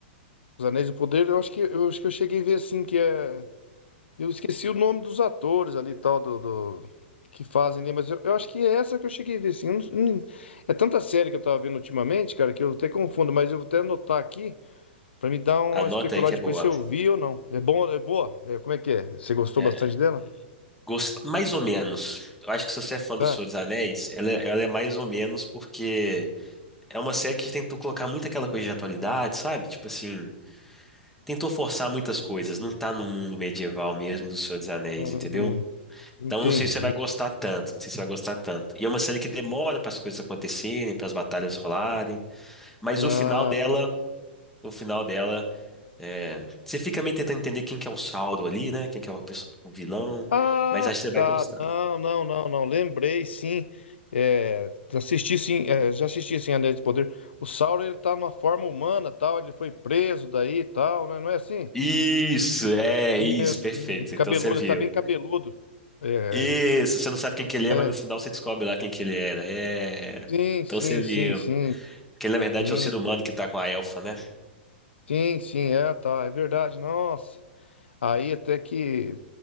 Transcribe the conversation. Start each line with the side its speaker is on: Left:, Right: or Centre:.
Left: Os Anéis do Poder, eu acho que eu acho que eu cheguei a ver assim que é. Eu esqueci o nome dos atores ali, e tal, do, do- que fazem ali, mas eu, eu acho que é essa que eu cheguei a ver, assim. eu não- não- é tanta série que eu tava vendo ultimamente, cara, que eu até confundo, mas eu vou até anotar aqui pra me dar uma
Centre: Anota
Left: especulada
Centre: aí que é
Left: depois
Centre: boa.
Left: se eu vi ou não. É bom, é boa? É, como é que é? Você gostou
Centre: É,
Left: bastante dela?
Centre: gost- Mais ou menos. Eu acho que se você é fã do
Left: Ah,
Centre: Senhor dos Anéis, ela, é- ela é mais ou menos porque É uma série que tentou colocar muito aquela coisa de atualidade, sabe? Tipo assim, tentou forçar muitas coisas. Não tá no mundo medieval mesmo do Senhor dos Anéis,
Left: hum,
Centre: entendeu?
Left: entendi.
Centre: Então não sei se você vai gostar tanto, não sei se você vai gostar tanto. E é uma série que demora para as coisas acontecerem, para as batalhas rolarem, mas
Left: Ah,
Centre: o final dela, o final dela, é... você fica meio tentando entender quem que é o Sauron ali, né? Quem que é o, perso- o vilão,
Left: Ah,
Centre: mas acho que você vai
Left: tá.
Centre: gostar.
Left: Não, não, não, não. Lembrei, sim. É, assisti, sim. é, já assisti, sim, Anéis de Poder. O Sauron, ele tá numa forma humana, tal. Ele foi preso daí, tal, né? Não é assim?
Centre: Isso, é
Left: É,
Centre: isso,
Left: sim.
Centre: perfeito.
Left: Ele
Centre: Então
Left: cabeludo,
Centre: você viu.
Left: ele tá bem cabeludo. É,
Centre: Isso, você não sabe quem que ele é,
Left: é.
Centre: mas no final você descobre lá quem que ele era. É.
Left: Sim, sim,
Centre: Então você viu.
Left: sim, sim.
Centre: Que ele, na verdade,
Left: Sim,
Centre: é o ser humano que tá com a elfa, né?
Left: sim, sim. É, tá. É verdade. Nossa. Aí até que...